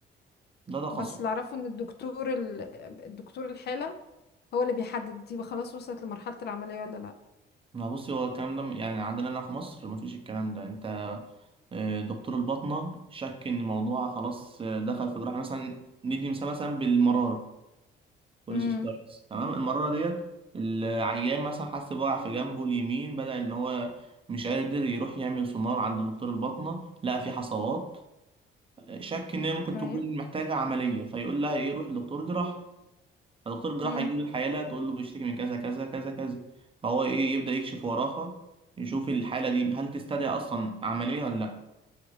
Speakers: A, on the right; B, on the left.
A: ده تخصصه
B: بس اللي اعرفه ان الدكتور ال... الدكتور الحالة هو اللي بيحدد دي خلاص وصلت لمرحلة العملية ولا لا
A: ما بصي هو الكلام ده م- يعني عندنا هنا في مصر مفيش الكلام ده أنت آه، دكتور الباطنة شك إن الموضوع خلاص آه، دخل في جراحة مثلا ندي مثال مثلا بالمرارة بوليس
B: امم
A: ستايلز تمام المرة ديت العيان مثلا حس بوجع في جنبه اليمين بدأ إن هو مش قادر يروح يعمل سونار عند دكتور الباطنة لقى في حصوات شك إن هي ممكن
B: تمام
A: تكون محتاجة عملية فيقول لها إيه روح لدكتور جراحة فدكتور جراحة
B: امم.
A: يجي الحالة تقول له بيشتكي من كذا كذا كذا كذا فهو إيه يبدأ يكشف وراها يشوف الحالة دي هل تستدعي أصلا عملية ولا لأ